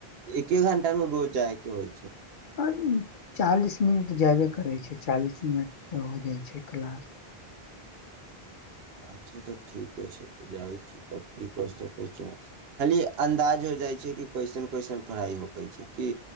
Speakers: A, on the right; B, on the left.
A: एके घण्टा न रोज जाएके होइ छै
B: आ चालिस मिनट जेबे करै छै चालिस मिनट तऽ हो जाइ छै क्लास <inaudible>
A: अच्छा तऽ ठीके छै जाइ छी त की क सकै छी खाली अन्दाज हो जाइ छै कि कइसन कइसन पढ़ाइ होएई छै की